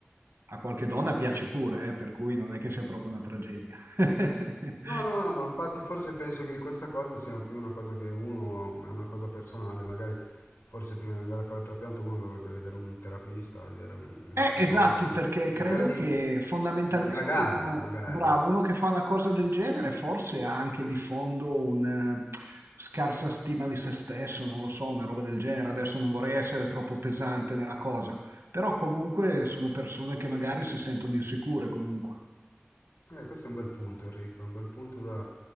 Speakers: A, on the right; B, on the left.
A: a qualche donna piace pure, eh, per cui non è che sia proprio una tragedia. <laughs>
B: No, no, no, ma infatti forse penso che questa cosa sia più una cosa che uno, ma è una cosa personale, magari forse prima di andare a fare il trapianto uno dovrebbe vedere un terapista, vedere un- uno
A: Eh,
B: psicologo,
A: esatto,
B: per
A: perché
B: cercare
A: credo
B: di,
A: che fondamentalmente
B: di indagare
A: uno,
B: magari.
A: bravo, uno che fa una cosa del genere forse ha anche di fondo una scarsa stima di se stesso, non lo so, una roba del genere. Adesso non vorrei essere troppo pesante nella cosa, però comunque sono persone che magari si sentono insicure comunque.
B: Eh, questo è un bel punto Enrico, è un bel punto da,